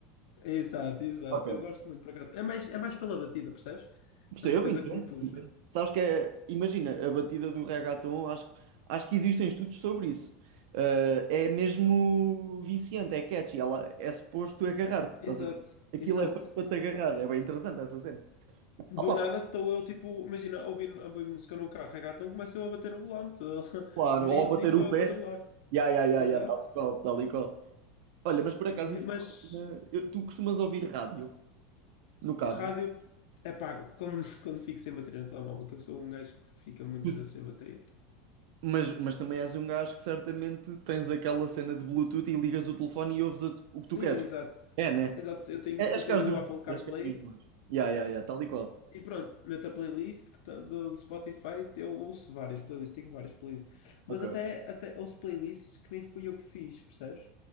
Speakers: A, on the left (about 75°); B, on the right (about 70°).
A: Exato, exato.
B: Ok.
A: Eu gosto muito, por acaso. É mais, é mais pela batida, percebes?
B: Percebo,
A: É uma coisa
B: entendo,
A: que me puxa.
B: entendo. Sabes que é, imagina, a batida do reggaeton, acho, acho que existem estudos sobre isso. Ah, é mesmo viciante, é catchy, ela é suposto agarrar-te, estás
A: Exato,
B: a ver? Aquilo
A: exato.
B: é feito para te agarrar, é bem interessante essa cena. Opa,
A: Do nada estou eu, tipo, imagina, a ouvir, a ouvir música no carro, reggaeton, começo eu a bater no volante. <laughs>
B: claro, ou
A: Nem,
B: bater
A: nem sou
B: o
A: eu
B: pé,
A: a controlar.
B: ya, ya, ya,
A: Exato.
B: ya, tal e qual, tal e qual. Olha, mas por acaso isso
A: Mas
B: é uma cena- eu- tu costumas ouvir rádio no carro,
A: Rádio, é pá, quando, <laughs> quando fico sem bateria no telemóvel, que eu sou um gajo que fica muitas
B: Tu-
A: vezes sem bateria.
B: mas, mas também és um gajo que certamente tens aquela cena de Bluetooth e ligas o telefone e ouves a- o que
A: Sim,
B: tu queres.
A: é exato.
B: É, né?
A: É Exato, eu tenho,
B: É-
A: eu
B: Acho
A: tenho
B: que é os dos
A: o Apple
B: meus.
A: CarPlay
B: Acho que é os dos meus. Ya, ya, ya, tal e qual.
A: e pronto, meto a playlist que tá do Spotify, eu ouço várias playlists, tenho várias playlists. Mas
B: Ok.
A: até, até ouço playlists que nem fui eu que fiz, percebes?